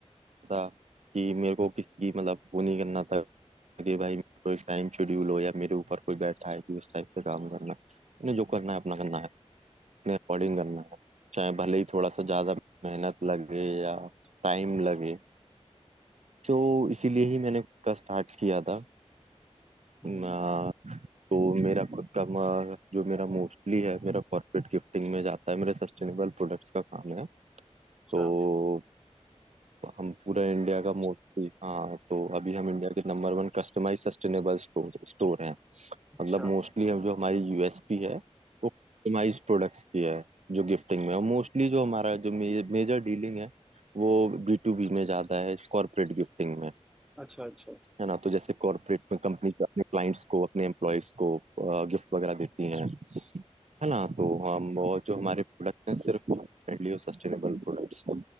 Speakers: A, on the right; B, in the centre.
A: था कि मेरे को किसी मतलब वो नहीं करना था कि भाई मेरे को एक टाइम शेड्यूल हो या मेरे ऊपर कोई बैठा है कि उस टाइप से काम करना है। मैंने जो
B: हम्म,
A: करना है अपना करना है अपने अकॉर्डिंग करना है चाहे भले ही थोड़ा सा ज्यादा मेहनत लगे या टाइम लगे तो इसीलिए ही मैंने खुद का स्टार्ट किया था
B: हम्म,
A: अ, तो मेरा खुद का म- जो मेरा मोस्टली है मेरा कॉर्पोरेट गिफ्टिंग में जाता है मेरे सस्टेनेबल प्रोडक्ट्स का काम है तो
B: अच्छा
A: हम पूरा इंडिया का मोस्टली हाँ तो अभी हम इंडिया के number one customize sustainable store store हैं
B: अच्छा
A: मतलब मोस्टली हम जो हमारी यूएसपी है वो कस्टमाइज्ड प्रोडक्ट्स की है जो गिफ्टिंग में है। मोस्टली जो हमारा जो मेजर डीलिंग है वो बी टू बी में ज्यादा है कॉर्पोरेट गिफ्टिंग में
B: अच्छा अच्छा
A: है ना तो जैसे कॉर्पोरेट में कंपनी अपने क्लाइंट्स को अपने एम्प्लॉयज को गिफ्ट वगैरह देती हैं है ना तो हम और जो हमारे प्रोडक्ट हैं सिर्फ फ्रेंडली और सस्टेनेबल प्रोडक्ट्स